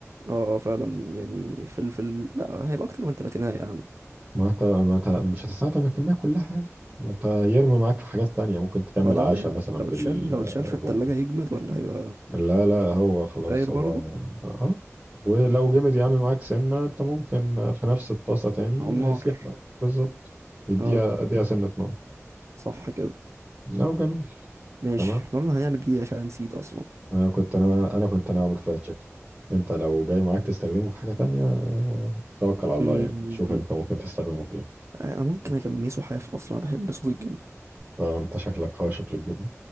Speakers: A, on the right (about 65°); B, on the right (about 30°).
A: اه فعلا يعني فلفل لا هيبقى اكتر من تلاتيناية يا عم
B: ما انت ما انت مش هتستخدم الكميه كلها يعني ما انت هيرمي معاك في حاجات تانية ممكن تكمل
A: هو ده
B: عشاء
A: هي
B: مثلا
A: لو
B: بالرومي
A: اتشال لو اتشال في التلاجة هيجمد ولا هيبقى
B: لا لا هو خلاص
A: داير
B: هو
A: برضه
B: اه ولو جمد يا عم معاك سنه انت ممكن في نفس الطاسه تاني
A: على النار
B: هيسيح معاك بالظبط يديها
A: اه
B: اديها سنه نار
A: صح كده
B: لو جميل
A: ماشي
B: تمام
A: احنا قلنا هنعمل ايه عشان نسيت اصلا
B: انا كنت انا انا كنت انا اعمل فرايد تشيكن انت لو جاي معاك تستخدمه في حاجه تانية آه، توكل على الله
A: مم.
B: يعني شوف انت ممكن تستخدمه في
A: انا ممكن اغمسه حاف اصلا بحب صوص الجبنة
B: آه، انت شكلك اه شكلك جبن